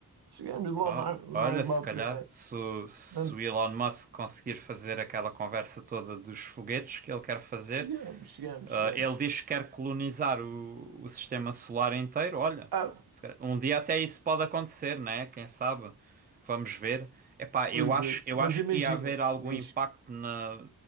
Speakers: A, on the right; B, on the right.
A: Chegamos lá,
B: Ah,
A: na- nós
B: olha, se
A: lá
B: calhar,
A: primeiro.
B: se, o- se
A: Não-
B: o Elon Musk conseguir fazer aquela conversa toda dos foguetes que ele quer fazer,
A: chegamos, chegamos,
B: ah,
A: chegamos.
B: ele diz que quer colonizar o, o sistema solar inteiro. Olha,
A: Ah,
B: se calhar- um dia até isso pode acontecer, né? Quem sabe? Vamos ver. Epá,
A: vamos
B: eu acho,
A: ver.
B: eu
A: Mas
B: acho
A: imagina,
B: que ia haver algum
A: diz,
B: impacto na,